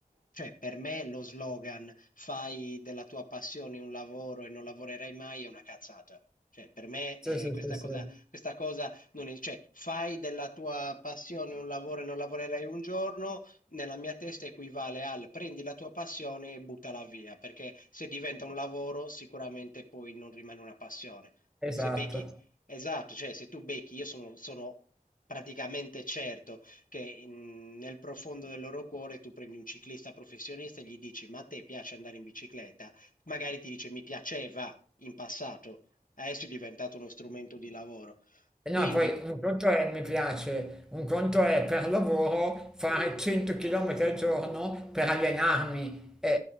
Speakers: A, on the left (about 65°); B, in the centre.
A: Cioè, per me lo slogan fai della tua passione un lavoro e non lavorerai mai è una cazzata. Cioè, per me
B: sì,
A: eh,
B: sì,
A: questa
B: sì, sì,
A: cosa, questa cosa non è, cioè, fai della tua passione un lavoro e non lavorerai un giorno, nella mia testa equivale al prendi la tua passione e buttala via, perché se diventa un lavoro sicuramente poi non rimane una passione.
B: esatto.
A: Se becchi, esatto, cioè se tu becchi, io sono, sono praticamente certo che in- nel profondo del loro cuore tu prendi un ciclista professionista e gli dici, ma a te piace andare in bicicletta? Magari ti dice, mi piaceva in passato, adesso è diventato uno strumento di lavoro.
B: E
A: Quindi...
B: no, poi un conto è mi piace, un conto è per lavoro fare 100 km al giorno per allenarmi. E,